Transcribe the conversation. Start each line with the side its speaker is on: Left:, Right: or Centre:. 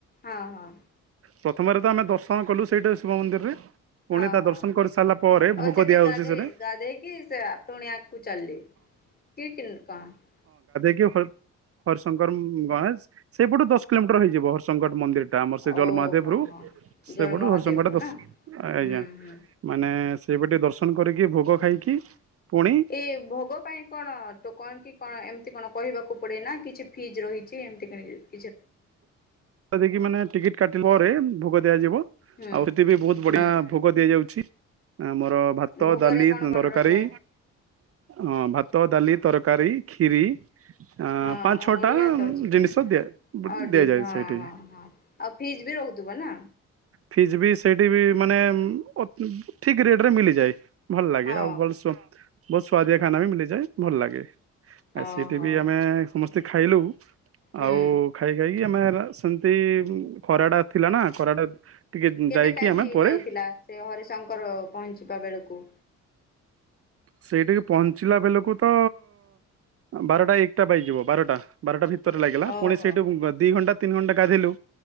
Left: ହଁ ହଁ
Right: ପ୍ରଥମରେ ତ ଆମେ ଦର୍ଶନ କଲୁ ସେଇଟା ଶିବ ମନ୍ଦିରରେ ପୁଣି
Left: ହଁ
Right: ତା
Left: ହଁ
Right: ଦର୍ଶନ କରି ସାରିଲା ପରେ
Left: ଆଉ
Right: ଭୋଗ
Left: ସେଠି
Right: ଦିଆହଉଛି
Left: ଗାଧେଇ
Right: ସେଠି
Left: ଗାଧେଇକି ସେ ପୁଣି ଆଗକୁ ଚାଲେ କି କିଲ୍ କଣ?
Right: ହର୍ ହରିଶଙ୍କର ବାସ୍ ସେଇପଟୁ ଦଶ କିଲୋମିଟର ହେଇଯିବ ହରିଶଙ୍କର ମନ୍ଦିର। ଟା ଆମର ସେ ଜଲ
Left: ଓହୋ
Right: ମହାଦେବ ରୁ
Left: ହୋ
Right: ସେପଟୁ
Left: ଜଳ ମହାଦେବରୁ
Right: ହରି ଶଙ୍କରଟା ଦସ୍
Left: ନା
Right: ଆଜ୍ଞା
Left: ହୁଁ ହୁଁ
Right: ମାନେ ସେଇପଟେ ଦର୍ଶନ କରିକି ଭୋଗ ଖାଇକି ପୁଣି
Left: ଏ ଭୋଗ ପାଇଁ କଣ ଟୋ କଣ କି କଣ ଏମିତି କଣ କହିବାକୁ ପଡେ ନା କିଛି ଫିଜ୍ ରହିଛି, ଏମିତି କିଣକି
Right: ଦେଖି ମାନେ ଟିକିଟ୍ କାଟ୍ ପରେ ଭୋଗ ଦିଆଯିବ।
Left: ହୁଁ
Right: ଆଉ ସେଠି ବି ବହୁତ ବଢିଆ
Left: ହୁଁ
Right: ଭୋଗ ଦିଆଯାଉଛି, ଆମୋର ଭାତ,
Left: ଭୋଗରେ
Right: ଡାଲି,
Left: କଣ
Right: ତରକାରୀ,
Left: କଣ ରହିଥାଏ
Right: ହଁ ଭାତ, ଡାଲି, ତରକାରୀ, ଖିରି। ଆ
Left: ହଁ
Right: ପାଞ୍ଚ
Left: ଆଉ
Right: ଛଅଟା
Left: ବଢିଆ ତ ଅଛି
Right: ଜିନିଷ ଦିଆ
Left: ଆଉ
Right: ଦିଆଯାଏ
Left: ଡିଶ୍ ହଁ
Right: ସେଇଠି
Left: ହଁ ହଁ ଆଉ ଫିଜ ବି ରହୁଥିବ ନା।
Right: ଫିଜ ବି ସେଇଠି ବି ମାନେ ଉ ଅତ୍ ଠିକ ରେଟ୍ ରେ ମିଳିଯାଏ। ଭଲ ଲାଗେ
Left: ହଁ
Right: ଆଉ ବର୍ଷ ବହୁତ ସୁ୍ୱାଦିଆ ଖାନା ବି ମିଲିଯାଏ, ଭଲ ଲାଗେ। ଆ
Left: ଓହୋ
Right: ସେଟି ଆମେ ସମଶ୍ ସେ ଖାଇଲୁ।
Left: ହୁଁ
Right: ଆଉ କହିକି ଆମେ ରା ସେମିତି ଖରାଟା ଥିଲା ନା ଖରାଟା ଟିକେ
Left: କେତେ
Right: ଯାଇକି
Left: ଟାଇମ
Right: ଆମେ
Left: ହେଇଯାଇଥିଲା
Right: ପରେ
Left: ସେ ହରିଶଙ୍କର ପହଞ୍ଚିବା ବେଳକୁ?
Right: ସେଇଠିକି ପହଞ୍ଚିଲା ବେଲକୁ ତ ବାରଟା ଏକଟା ବାଜିଯିବ ବାରଟା ବାରଟା ଭିତ ଉପରେ ଲାଗିଲା
Left: ଓହୋ।
Right: ପୁଣି ସେଇଠୁ ଦି ଘଣ୍ଟା ତିନ ଘଣ୍ଟା ଗାଧିଲୁ।